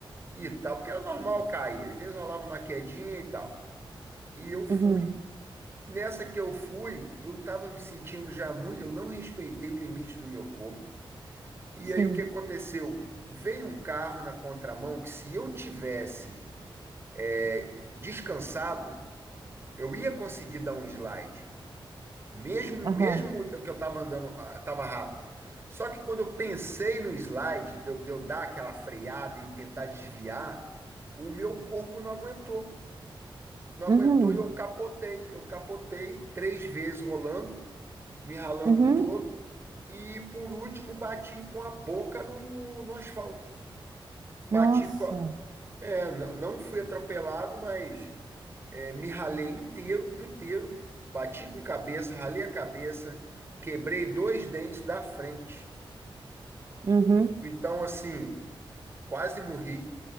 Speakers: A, on the right (about 25°); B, on the right (about 45°).
A: e tal, porque era normal cair, às vezes rolava uma quedinha e tal. E eu fui.
B: Uhum.
A: Nessa que eu fui, eu tava me sentindo já muito, eu não respeitei o limite do meu corpo. E
B: Sim.
A: aí o que aconteceu? Veio um carro na contramão que se eu tivesse é, descansado, eu ia conseguir dar um slide, mesmo
B: Aham.
A: mesmo que eu tava andando, ah, tava rápido. Só que quando eu pensei no slide, de eu, de eu dar aquela freada e tentar desviar, o meu corpo não aguentou. Não aguentou
B: Uhum.
A: e eu capotei. Eu capotei três vezes rolando. me ralando
B: Uhum.
A: todo. E por último, bati com a boca no, no asfalto. Bati
B: Nossa.
A: com a, é, n- não fui atropelado, mas é, me ralei inteiro, inteiro. Bati com cabeça, ralei a cabeça, quebrei dois dentes da frente.
B: Uhum.
A: Então, assim, quase morri.